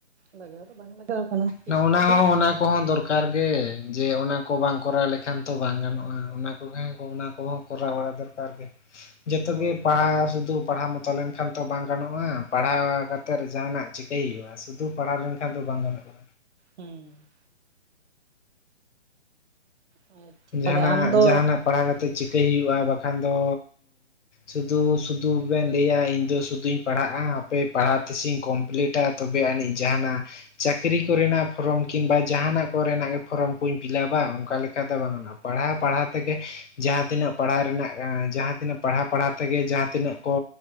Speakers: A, on the right (about 70°); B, on the left (about 90°).
A: ᱞᱟᱜᱟᱣ ᱫᱚ ᱵᱟᱝ ᱞᱟᱜᱟᱣ ᱠᱟᱱᱟ ᱪᱮᱥᱴᱟᱨᱮ
B: ᱱᱚᱜ ᱚᱱᱟ ᱦᱚᱸ ᱚᱱᱟ ᱠᱚᱦᱚᱸ ᱫᱚᱨ ᱠᱟᱨ ᱜᱮ, ᱡᱮ ᱚᱱᱟ ᱠᱚ ᱵᱟᱝ ᱠᱚᱨᱟᱣ ᱞᱮᱠᱷᱟᱱ ᱛᱚ ᱵᱟᱝ ᱜᱟᱱᱚᱜᱼᱟ ᱚᱱᱟ ᱠᱚᱜᱮ ᱚᱱᱟ ᱠᱚᱦᱚᱸ ᱠᱚᱨᱟᱣ ᱵᱟᱲᱟ ᱫᱚᱨᱠᱟᱨ ᱜᱮ᱾
A: <unintelligible>
B: ᱡᱚᱛᱚ ᱜᱮ
A: ᱦᱳᱭ
B: ᱯᱟᱥ ᱫᱚ᱾ ᱯᱟᱲᱦᱟᱣ ᱢᱚᱛᱚ ᱞᱮᱱᱠᱷᱟᱱ ᱛᱚ ᱵᱟᱝ ᱜᱟᱱᱚᱜᱼᱟ, ᱯᱟᱲᱦᱟᱣ ᱠᱟᱛᱮᱫ ᱡᱟᱦᱟᱸᱱᱟᱜ ᱪᱤᱠᱟᱹᱭ ᱦᱩᱭᱩᱜᱼᱟ ᱥᱩᱫᱩ᱾ ᱯᱟᱲᱦᱟᱣ ᱞᱮᱱᱠᱷᱟᱱ ᱫᱚ ᱵᱟᱝ ᱜᱟᱱᱚᱜᱼᱟ᱾
A: ᱦᱩᱸ ᱟᱪᱪᱷᱟ ᱛᱟᱦᱚᱞᱮ
B: ᱡᱟᱦᱟᱱᱟᱜ,
A: ᱟᱢ ᱫᱚ
B: ᱡᱟᱦᱟᱱᱟᱜ ᱯᱟᱲᱦᱟᱣ ᱠᱟᱛᱮ ᱪᱤᱠᱟᱹᱭ ᱦᱩᱭᱩᱜᱼᱟ ᱵᱟᱠᱷᱟᱱ ᱫᱚ᱾ ᱥᱩᱫᱷᱩ ᱥᱩᱫᱷᱩ ᱵᱮᱱ ᱞᱟᱹᱭᱟ ᱤᱧ ᱫᱚ ᱥᱩᱫᱩᱧ ᱯᱟᱲᱦᱟᱜᱼᱟ ᱦᱟᱯᱮ ᱯᱟᱲᱦᱟᱜ ᱛᱤᱥᱤᱧ ᱠᱚᱢᱯᱞᱤᱴᱟ ᱾ ᱛᱚᱵᱮ ᱟᱹᱱᱤᱡ ᱡᱟᱦᱟᱸᱱᱟᱜ ᱪᱟᱹᱠᱨᱤ ᱠᱚᱨᱮᱱᱟᱜ ᱯᱷᱨᱚᱢ ᱠᱤᱢᱵᱟ ᱡᱟᱦᱱᱟᱜ ᱠᱚᱨᱮᱱᱟᱜ ᱯᱷᱨᱚᱢ ᱠᱩᱧ ᱯᱷᱤᱞᱟᱯᱟ. ᱚᱱᱠᱟ ᱾ ᱚᱠᱟ ᱞᱮᱠᱟ ᱫᱚ ᱵᱟᱝ ᱜᱟᱱᱚᱜᱼᱟ ᱯᱟᱲᱦᱟᱣ ᱯᱟᱲᱦᱟᱣ ᱛᱮᱜᱮ ᱡᱟᱦᱟᱸ ᱛᱤᱱᱟᱹᱜ ᱯᱟᱲᱦᱟᱣ ᱨᱮᱱᱟᱜ ᱡᱟᱦᱟᱸ ᱛᱤᱱᱟᱹᱜ ᱯᱟᱲᱦᱟᱣ ᱯᱟᱲᱦᱟᱣ ᱛᱮᱜᱮ ᱡᱟᱦᱟᱸ ᱛᱤᱱᱟᱹᱜ ᱠᱚ